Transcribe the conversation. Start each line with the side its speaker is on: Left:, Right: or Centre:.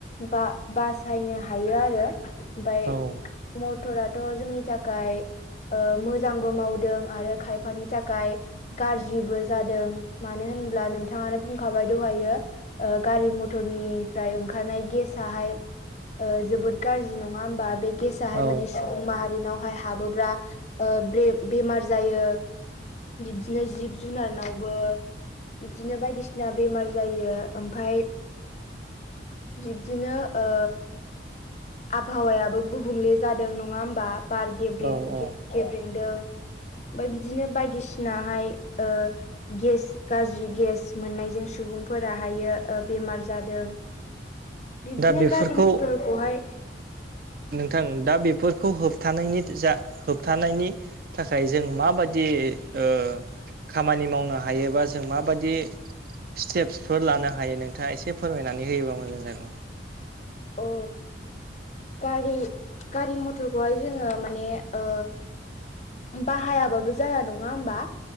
Left: बा बासायनो हायो आरो ओमफ्राय
Right: औ।
Left: मटराथ' जोंनि थाखाय ओ मोजांबो मावदों आरो खायफानि थाखाय गाज्रिबो जादों। मानो होनब्ला नोंथाङानो बुंखाबाय दहायो। ओ गारि मथरनिफ्राय ओंखारनाय गेसआहाय ओ जोबो गाज्रि नङा हबा? बे गेसाहाय
Right: औ
Left: माने सु सुबुं माहारिनावहाय हाबोब्ला ओ बे बेमार जायो बिब्दिनो जिब जुनारावबो बिबदिनो बायदिसिना बेमार जायो ओमफ्राय बिबदिनो ओ आबहावायाबो गुबुंले जादों नङा होमबा? बार गेब्रे
Right: औ औ
Left: गेब्रेंदों। ओमफ्राय बिदिनो बायदिसिनाहाय ओ गेस गाज्रि गेस मोननायजों सुबुंफोराहायो ओ बेमार जादों। बिदिनो
Right: दा बेफोरखौ
Left: गारि मथरखौहाय
Right: थां दा बेफोरखौ होबथानायनि जा होबथानायनि थाखाय जों माबादि ओ खामानि मावनो हायोबा जों माबादि स्टेप्सफोर लानो हायो नोंथाङा एसे फोरमायनानै होयोबा मोजां।
Left: औ गारि गारि मथरखौहाय जोङो माने ओ बाहायाबाबो जाया नङा होमबा